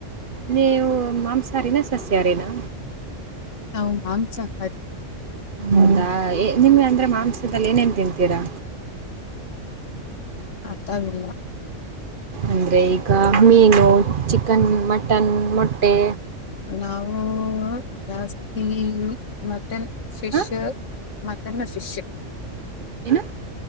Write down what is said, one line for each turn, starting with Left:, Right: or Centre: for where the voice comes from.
Right: ನೀವು ಮಾಂಸ ಮಾಂಸ ಅರಿನ ಸಸ್ಯ ಹಾರಿ ನಾ
Left: ನಾವು ಮಾಂಸ ಹಾರಿ.
Right: ಹೌದಾ ನಿಮ್ಗೆ ಅಂದ್ರೆ ಮಾಂಸದಲ್ಲಿ ಏನೇನ್ ತಿತೀರಾ.
Left: ಅರ್ಥಗ್ಲಿಲ್ಲ.
Right: ಅಂದರೆ ಈಗ ಮೀನು ಚಿಕನ್ ಮಟನ್ ಮೊಟ್ಟೆ.
Left: ನಾವು ಜಾಸ್ತಿ ಮಟನ್ ಫಿಶ್
Right: ಹ
Left: ಮಟನ್ ಫಿಶ್
Right: ಏನು